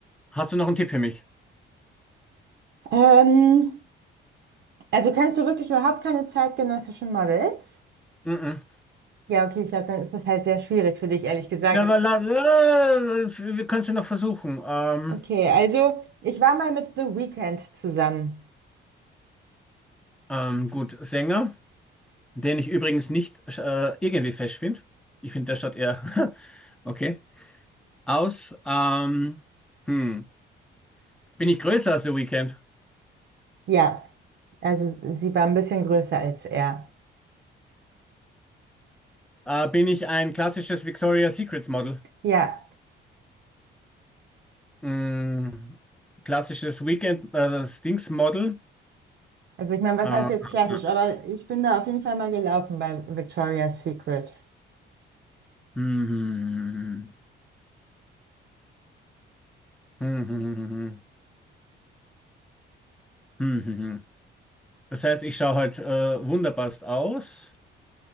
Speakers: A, in the centre; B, on the right.
A: Hast du noch einen Tipp für mich?
B: Ähm, also kennst du wirklich überhaupt keine zeitgenössischen Models?
A: Mm, mm.
B: Ja, okay, ich glaube, dann ist das halt sehr schwierig für dich, ehrlich gesagt.
A: Ja, aber
B: Ich,
A: la, la, wir können es ja noch versuchen. Ähm,
B: okay, also ich war mal mit The Weeknd zusammen.
A: ähm, gut, Sänger, den ich übrigens nicht äh, irgendwie fesch finde. Ich finde, der statt eher <laughs> okay. Aus, ähm, hm. Bin ich größer als The Weeknd?
B: Ja, also sie war ein bisschen größer als er.
A: Äh, bin ich ein klassisches Victoria's Secrets Model?
B: Ja,
A: Mm, klassisches Weekend, äh, das Dings Model?
B: also ich meine, was
A: Äh,
B: heißt jetzt
A: <laughs>
B: klassisch, aber ich bin da auf jeden Fall mal gelaufen bei Victoria's Secret.
A: mhm. Mhm. Mhm. Das heißt, ich schaue halt äh, wunderbarst aus.